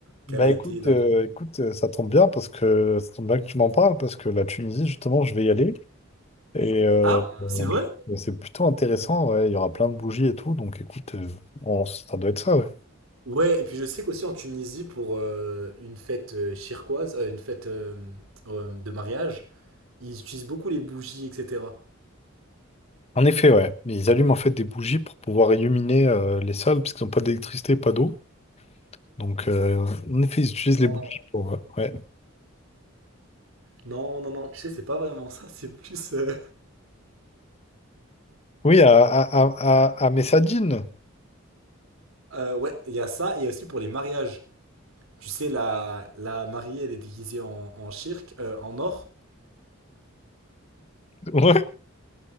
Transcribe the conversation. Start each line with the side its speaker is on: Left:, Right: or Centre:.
Right: quelle
Left: Bah
Right: a
Left: écoute,
Right: été la...
Left: euh, écoute, euh, ça tombe bien parce que ça tombe bien que tu m'en parles, parce que la Tunisie, justement, je vais y aller. Et euh,
Right: Ah,
Left: euh,
Right: c'est vrai?
Left: c'est plutôt intéressant, ouais. Il y aura plein de bougies et tout, donc écoute, euh, on- ça doit être ça, ouais.
Right: Ouais, et puis je sais qu'aussi en Tunisie, pour euh, une fête euh, chirquoise, euh, une fête euh, euh, de mariage, ils utilisent beaucoup les bougies, etc.
Left: En effet, ouais. Ils allument en fait des bougies pour pouvoir illuminer euh, les salles, puisqu'ils n'ont pas d'électricité, pas d'eau. Donc, euh, en effet, ils utilisent
Right: Non,
Left: les boucliers pour. euh, ouais.
Right: non, non, non, tu sais, c'est pas vraiment ça, c'est plus... euh,
Left: Oui, à, à, à, à à Messadine. <laughs>
Right: euh, ouais, il y a ça, et aussi pour les mariages. Tu sais, la, la mariée, elle est déguisée en, en shirk, euh, en or.
Left: Ouais.